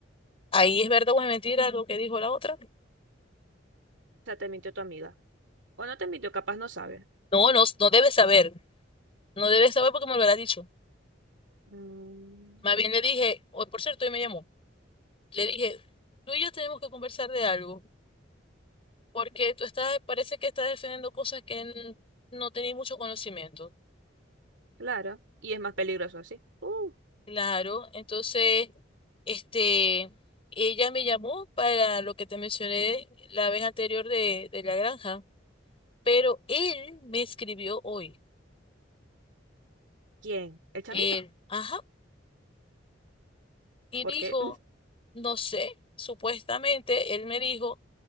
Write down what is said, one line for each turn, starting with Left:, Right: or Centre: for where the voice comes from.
Left: ahí es verdad o es mentira lo que dijo la otra.
Right: O sea, te mintió tu amiga. O no te mintió, capaz no sabe.
Left: No, no, no debe saber. No debe saber porque me lo hubiera dicho.
Right: Mm.
Left: Más bien le dije, o por cierto, hoy me llamó. Le dije, tú y yo tenemos que conversar de algo, porque tú estás, parece que estás defendiendo cosas que n- no tenéis mucho conocimiento.
Right: Claro. Y es más peligroso así. Uh,
Left: Claro, entonces, este, ella me llamó para lo que te mencioné la vez anterior de, de la granja, pero él me escribió hoy.
Right: ¿quién? ¿El chamito?
Left: Él, ajá. y
Right: Porque...
Left: dijo, no sé, supuestamente él me dijo,